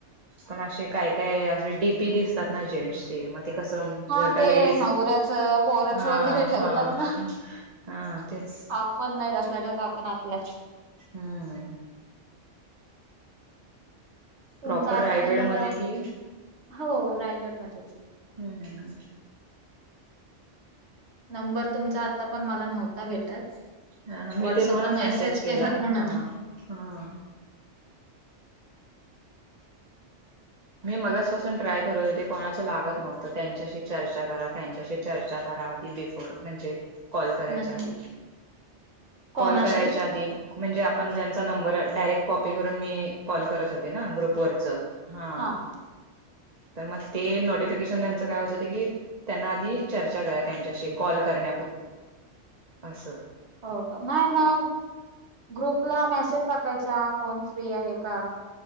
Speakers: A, on the right; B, on the right.
A: पण असे काय काय असे डीपी दिसतात ना जेंट्स चे म ते कसं
B: हा
A: जर का
B: ते
A: लेडीज,
B: नवऱ्याचं पोराचं
A: हा
B: वगैरे ठेवतात
A: हा
B: ना.
A: हा. तेच
B: आपण नाहीत असला ठेवत आपण आपलाच.
A: हम्म.
B: तुमच
A: प्रॉपर
B: आता
A: रायगड
B: पण मला,
A: मध्ये कि
B: हो रायगडमध्येध्येच.
A: हम्म हम् हम्.
B: नंबर तुमचा आता पण मला नव्हता भेटत
A: हा
B: व्हॉट्सअपला
A: मी ते म्हणून मेसेज केला
B: केलात म्हणून
A: हा हा. मी मगच पासून ट्राय करत होते, कोणाच लागत नव्हतं त्यांच्याशी चर्चा करा त्यांच्याशी चर्चा करा. बिफोर म्हणजे कॉल करायच्या
B: म्हणजे
A: आधी,
B: कोणाशी
A: कॉल करायच्या आधी म्हणजे पण ज्यांचा नंबर डायरेक्ट कॉपी करून मी कॉल करत होते ना ग्रुपवररच हा
B: <inaudible>
A: तर मग ते नोटिफिकेशन त्यांच काय होत की त्यांना आधी चर्चा करा त्यांच्याशी कॉल कर अस
B: हो का नाही मग ग्रुपला मेसेज टाकायचा कोण व आहे का